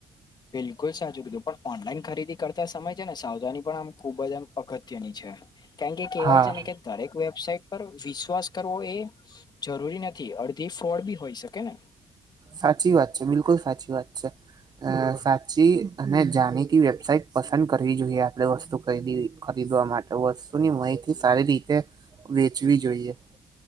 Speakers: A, on the left; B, on the right.
A: બિલકુલ સાચું કીધું પણ ઓનલાઈન ખરીદી કરતા સમય છે ને સાવધાની પણ આમ ખુબ જ આમ અગત્યની છે કારણ કે કેહેવાય
B: હા
A: છે ને કે દરેક વેબસાઇટ પર વિશ્વાસ કરવો એ જરૂરી નથી અડધી ફ્રોડ બી હોય શકે ને.
B: સાચી વાત છે બિલકુલ સાચી વાત છે. અ સાચી અને જાણીતી વેબસાઈટ પસંદ કરવી જોઈએ આપણે વસ્તુ ખરીદી ખરીદવા માટે વસ્તુની માહિત સારી રીતે વેચવી જોઈએ.